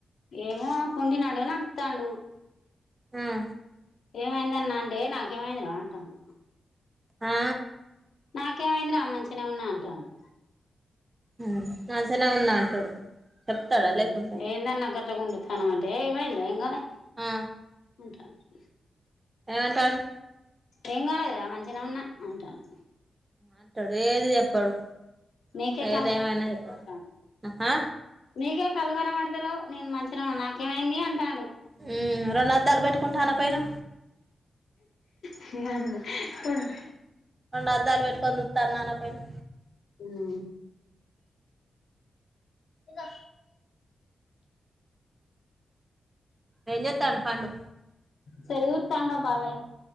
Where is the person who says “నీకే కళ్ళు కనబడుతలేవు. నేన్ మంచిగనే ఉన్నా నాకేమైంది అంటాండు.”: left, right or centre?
Left